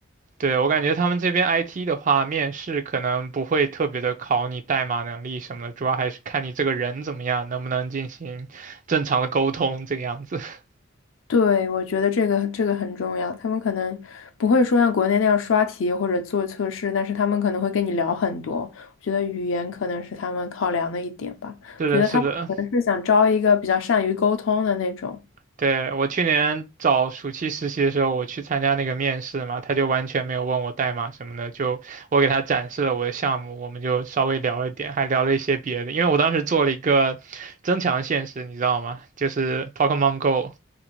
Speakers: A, on the right; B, on the left.
A: 对，我感觉他们这边 IT 的话，面试可能不会特别的考你代码能力什么的，主要还是看你这个人怎么样，能不能进行正常的沟通这个样子。<laughs>
B: 对，我觉得这个这个很重要。他们可能不会说像国内那样刷题或者做测试，但是他们可能会跟你聊很多。我觉得语言可能是他们考量的一点吧。
A: 是的，
B: 觉得他们可能是想招一个比较善于沟通的那种。
A: 是的，对，我去年找暑期实习的时候，我去参加那个面试嘛，他就完全没有问我代码什么的，就我给他展示了我的项目，我们就稍微聊了一点，还聊了一些别的，因为我当时做了一个增强现实，你知道吗？就是 Pokemon Go